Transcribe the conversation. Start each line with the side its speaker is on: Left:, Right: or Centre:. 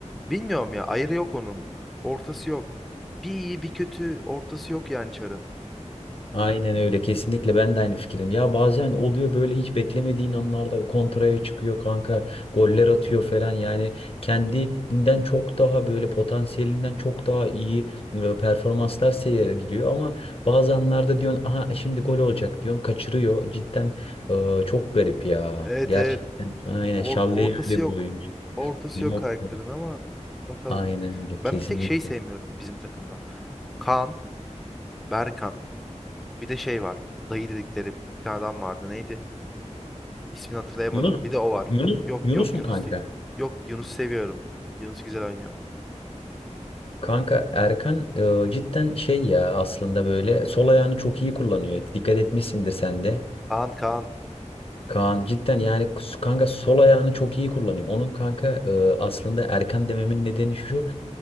Centre: bilmiyorum ya. Ayrı yok onun. Ortası yok. Bir iyi bir kötü. Ortası yok yani Çar'ın.
Left: Aynen öyle kesinlikle ben de aynı fikirdim. Ya bazen oluyor böyle hiç beklemediğin anlarda kontraya çıkıyor kanka goller atıyor falan yani kendinden çok daha böyle potansiyelinden çok daha iyi e, performanslar sergiliyor ama bazı anlarda diyorsun aha şimdi gol olacak diyorsun kaçırıyor cidden e, çok garip ya
Centre: Evet
Left: gerçekten
Centre: evet.
Left: aynen
Centre: Or-
Left: Şalle'yi
Centre: ortası
Left: öyle
Centre: yok.
Left: bir oyuncu.
Centre: Ortası
Left: Yok,
Centre: yok karakterin
Left: yok.
Centre: ama bakalım.
Left: Aynen öyle kesinlikle.
Centre: Ben bir tek şey sevmiyorum bizim takımda. Kaan Berkan. Bir de şey var. Dayı dedikleri bir tane adam vardı. Neydi? İsmini hatırlayamadım.
Left: Yunus
Centre: Bir de o var.
Left: Yunus
Centre: Yok
Left: Yunus
Centre: yok
Left: mu
Centre: Yunus
Left: kanka?
Centre: değil. Yok Yunus seviyorum. Yunus güzel oynuyor.
Left: Kanka Erkan e, cidden şey ya aslında böyle sol ayağını çok iyi kullanıyor. Dikkat etmişsindir sen de.
Centre: Kaan Kaan.
Left: Kaan cidden yani s- kanka sol ayağını çok iyi kullanıyor. Onun kanka e, aslında Erkan dememin nedeni şu.